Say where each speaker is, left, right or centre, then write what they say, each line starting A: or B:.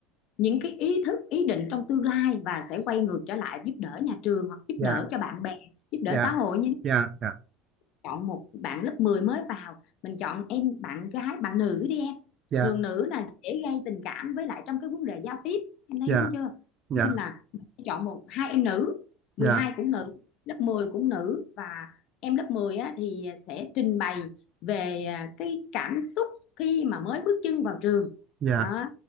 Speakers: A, on the left; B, on the right.
A: những cái ý thức ý định trong tương lai và sẽ quay ngược trở lại giúp đỡ nhà trường hoặc giúp
B: dạ
A: đỡ cho bạn bè giúp đỡ
B: dạ
A: xã hội như
B: dạ dạ
A: chọn một bạn lớp 10 mới vào mình chọn em bạn gái bạn nữ đi em
B: dạ
A: thường nữ là dễ gây tình cảm với lại trong cái vấn đề giao tiếp em thấy
B: dạ
A: đúng chưa
B: dạ
A: Cho nên là mình sẽ chọn một hai em nữ mười
B: dạ
A: hai cũng nữ lớp 10 cũng nữ và em lớp 10 á, thì sẽ trình bày về à, cái cảm xúc khi mà mới bước chân vào trường
B: dạ
A: đó